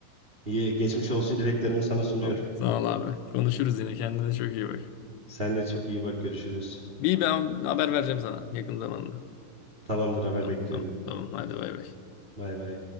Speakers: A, on the right; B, on the left.
A: İyi, geçmiş olsun dileklerimi sana sunuyorum.
B: Tamam. Sağ ol abi. Konuşuruz yine. Kendine çok iyi bak.
A: Sen de çok iyi bak görüşürüz.
B: Bir ben haber vereceğim sana yakın zamanda.
A: Tamamdır haber
B: Tamam
A: bekliyorum.
B: tamam. tamam. Hadi bay bay.
A: Bay bay.